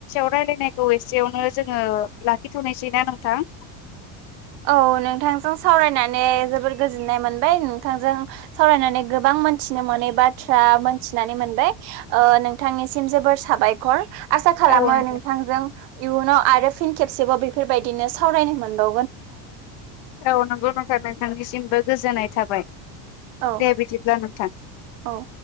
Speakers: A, on the left; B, on the right.
A: <inaudible> रायलायनायखौ एसेयावनो जोङो लाखिथ'नोसैना नोंथां।
B: <unintelligible> औ नोंथांजों सावरायनानै जोबोर गोजोननाय मोनबाय नोंथांजों सावरायनानै गोबां मोनथि मिथिनो मोनै बाथ्रा मोनथिनानै मोनबाय नोंथांनिसिम जोबोर साबायखर आसा खालामो
A: औ नोंथां
B: नोंथांजों इयुनाव आरो फिन खेबसेबाव बेफोरबायदिनो सावरायनो मोनबाव
A: औ नंगौ <inaudible> नोंथांनिसिमबो गोजोननाय थाबाय।
B: औ
A: दे बिदिब्ला नोंथां।
B: औ